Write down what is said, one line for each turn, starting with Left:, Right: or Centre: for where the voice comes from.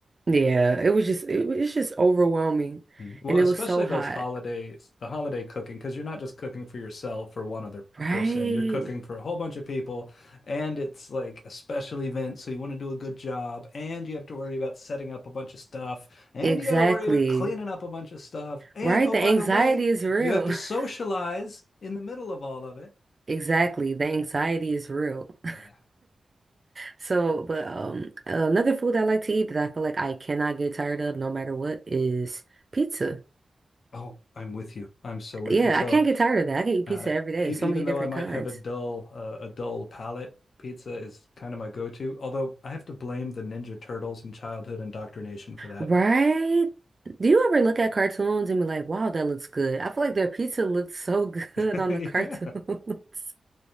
Right: Yeah, it was just it, was- it's just overwhelming.
Left: Mm. Well,
Right: And
Left: especially
Right: it was so
Left: those
Right: hot.
Left: holidays, the holiday cooking, because you're not just cooking for yourself or one other
Right: Right.
Left: person. You're cooking for a whole bunch of people, and it's like a special event, so you want to do a good job, and you have to worry about setting up a bunch of stuff, and
Right: Exactly.
Left: you got to worry about cleaning up a bunch of stuff, and
Right: Right.
Left: oh,
Right: The
Left: by
Right: anxiety
Left: the way,
Right: is real.
Left: you have to socialize
Right: <laughs>
Left: in the middle of all of it.
Right: Exactly. The anxiety is real. <laughs>
Left: Yeah.
Right: So, but um another food I like to eat that I feel like I cannot get tired of no matter what is pizza.
Left: Oh, I'm with you. I'm so with
Right: Yeah,
Left: you. So
Right: I can't get tired of that. I can eat
Left: Uh,
Right: pizza every day,
Left: e-
Right: so
Left: even
Right: many different
Left: though I might
Right: kinds.
Left: have a dull uh, a dull palate, pizza is kind of my go-to. Although I have to blame the Ninja Turtles and childhood indoctrination for that.
Right: Right? Do you ever look at cartoons and be like, wow, that looks good? I feel like their pizza looks so <laughs> good
Left: <laughs>
Right: on
Left: yeah,
Right: the cartoons. <laughs>